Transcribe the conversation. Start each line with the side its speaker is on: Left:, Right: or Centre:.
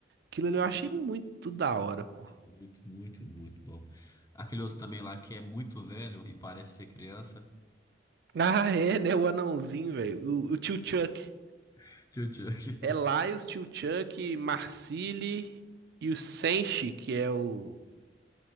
Right: Aquilo ali eu achei muito da hora, pô.
Left: É muito, muito, muito bom. Aquele outro também lá que é muito velho e parece ser criança.
Right: Ah, é, né? O anãozinho, velho. O, o tio Chuck.
Left: <laughs> Tio Chuck.
Right: É Laios, tio Chuck, Marcili e o Senshi, que é o.